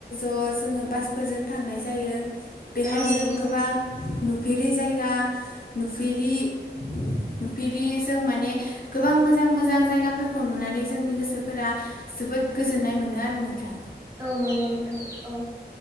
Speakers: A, on the left; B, on the right.
A: अ जोङो बफोरजों थांनाय जायो बेहाय
B: औ
A: जों
B: नंगौ
A: गोब नुफेरि जायगा नुफेरि नुफेरि जों माने गोबां मोजां मोजां जायगाफोरखौ नुनानै जोंनि गोसोफोरा जोबोद गोजोननाय मोनो आरो नोंथां
B: औ नंगौ नोंथां औ